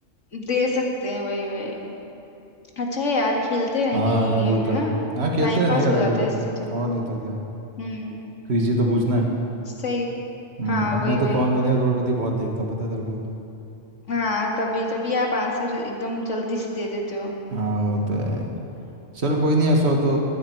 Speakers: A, on the left (about 70°); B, on the right (about 55°).
A: दे सकते हैं वही वही अच्छा है यार खेलते रहेंगे
B: हाँ
A: ये
B: यार
A: गेम
B: वो तो
A: है ना
B: है हाँ खेलते
A: टाइम
B: रहने
A: पास
B: का
A: हो
B: रेगुलर
A: जाता है इससे तो
B: और नहीं तो क्या
A: हम्म
B: क्विज ही तो पूछना है
A: सही है।
B: हम्म,
A: हाँ
B: और
A: वही
B: मैं तो
A: वही
B: कौन बनेगा करोड़पति बहुत देखता हूँ पता है तेरे को
A: हाँ तभी तभी आप आंसर एकदम जल्दी से दे देते हो
B: हाँ वो तो है चल कोई नहीं ऐसा हो तो